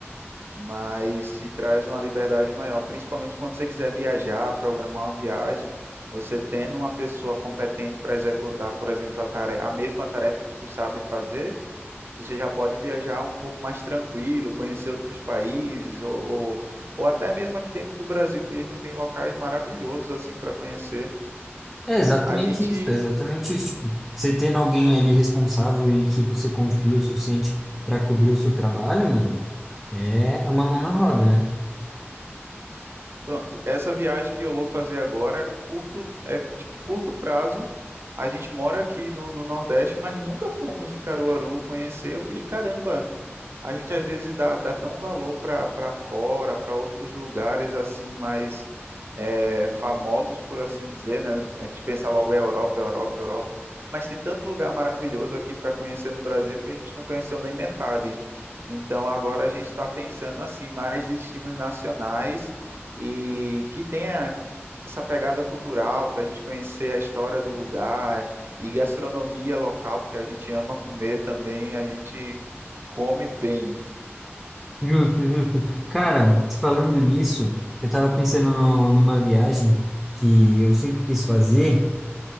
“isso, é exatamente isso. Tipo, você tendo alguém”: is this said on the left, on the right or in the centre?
Centre